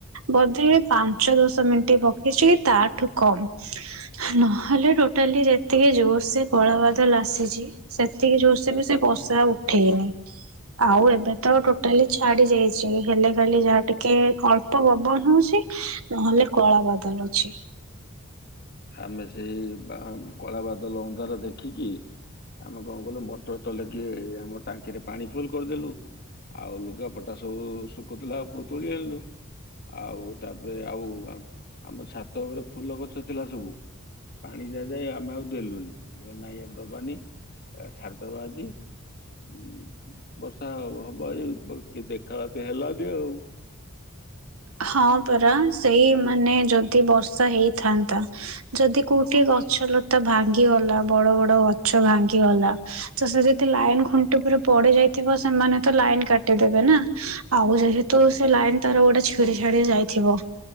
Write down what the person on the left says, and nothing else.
ଆମେ ସେଇ ବା- କଳା ବାଦଲ ଅନ୍ଧାର ଦେଖିକି ଆମେ କଣ କଲୁ ମଟର ଚଲଃଇକି ଆମ ଟାଙ୍କିରେ ପାଣି ଫୁଲ୍ କରିଦେଲୁ। ଆଉ ଲୁଗାପଟା ସବୁ ଶୁକୁଥିଲା ଆଉ ଉପରୁ ତୋଳି ଆଣିଲୁ। ଆଉ ତାପରେ ଆଉ ଆମ୍ ଆମ ଛାତ ଉପରେ ଫୁଲ ଗଛ ଥିଲା ସବୁ। ପାଣି ଦିଆଯାଏ। ଆମେ ଆଉ ଦେଲୁନି। ମୁଁ କଇଲି ନାଇଁ ଏବେ ଦବାନି। ଆ, ଛାଡ଼ିଦବା ଆଜି। ଉଁ, ବର୍ଷା ହବ ଆଜି ବ- କି- ଦେଖା ତି ହେଲାନି ଆଉ।